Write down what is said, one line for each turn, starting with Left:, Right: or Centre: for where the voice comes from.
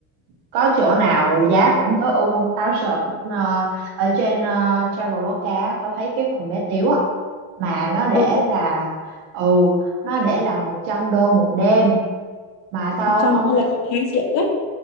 Right: có chỗ nào giá cũng tối ưu không? Tao search ờ, ở trên ờ, Traveloka á, tao thấy cái phòng bé tiếu à mà nó để
Left: ừ,
Right: là ừ nó để là 100 đô một đêm mà tao
Left: trong
Right: không
Left: đó
Right: thấy
Left: là 2 triệu đấy